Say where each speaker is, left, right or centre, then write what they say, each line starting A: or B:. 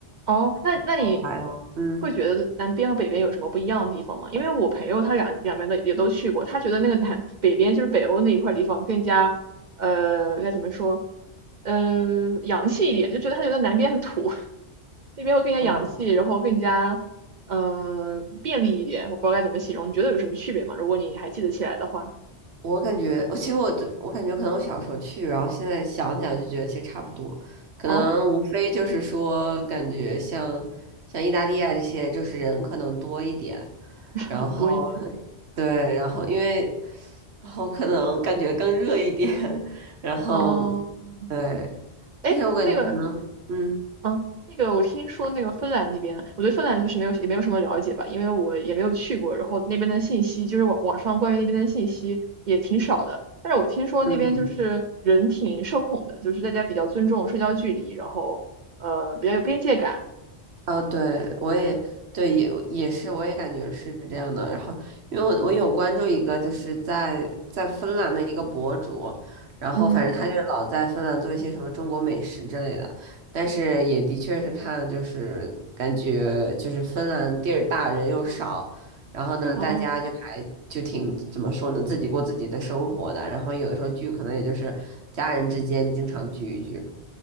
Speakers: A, on the right (about 50°); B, on the right (about 70°).
A: 哦，那那你
B: 哦，还有，嗯，
A: 会觉得南边和北边有什么不一样的地方吗？因为我朋友他两两边的也都去过，他觉得那个南北边就是北欧那一块地方更加呃该怎么说，嗯，洋气一点，就觉得他觉得南边很土，<laughs> 那边会更加洋气，
B: 哦，
A: 然后更加嗯、呃便利一点，我不知道该怎么形容，你觉得有什么区别吗？如果你还记得起来的话，
B: 我感觉，我其实我对我感觉可能我小时候去，然后现在想起来就觉得其实差不多，可能无非就是说，
A: 哦，
B: 感觉像像意大利啊这些，就是人可能多一点，
A: <laughs>
B: 然后
A: 人多一点，
B: 对，然后因为然后可能感觉更热一点，<laughs> 然后
A: 嗯。
B: 对，
A: 哎，
B: 但是我感觉，
A: 那个
B: 嗯
A: 嗯，那个我听说那个芬兰那边，我对芬兰就是没有也没有什么了解吧，因为我也没有去过，然后那边的信息就是网网上关于那边的信息也挺少的。但是我听说那边就是人挺社恐的，
B: 嗯。嗯
A: 就是大家比较尊重社交距离，然后呃比较有边界感。
B: 啊，对，我也对，也也是，我也感觉是这样的。然后，因为我我有关注一个，就是在在芬兰的一个博主，然后反正他就是老在芬兰做一些什么中国美食之类的，
A: 嗯，
B: 但是也的确是看，就是感觉就是芬兰地儿大人又少，然后呢，
A: 哦，
B: 大家就还就挺怎么说呢，自己过自己的生活的，然后有的时候聚可能也就是家人之间经常聚一聚。